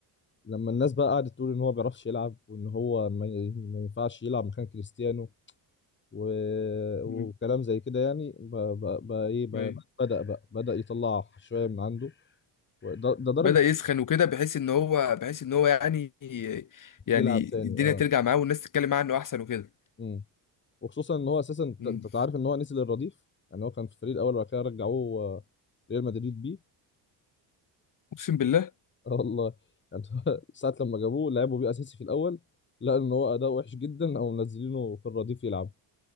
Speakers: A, on the left (about 25°); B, on the left (about 45°).
A: لما الناس بقى قعدت تقول ان هو ما بيعرفش يلعب وان هو ما ما ينفعش يلعب مكان كريستيانو و... وكلام
B: مم.
A: زي كده يعني ب... ب... ب... ايه ب...
B: أيوة.
A: ب- بدأ بقى بدأ يطلع شوية من عنده وده ده درجة
B: بدأ يسخن وكده بحيث ان هو بحيث ان هو يعني يعني
A: يلعب تاني
B: الدنيا
A: اه
B: ترجع معاه والناس تتكلم معاه انه احسن وكده
A: امم وخصوصا ان هو اساسا انت
B: مم.
A: أنت تعرف ان هو نزل الرديف يعني هو كان في الفريق الاول وبعد كده رجعوه آه، ريال مدريد بيه
B: اقسم بالله
A: <laughs> اه والله يعني <laughs> هو ساعة لما جابوه لعبوا بيه اساسي في الاول لقوا ان هو اداء وحش جدا او منزلينه في الرديف يلعب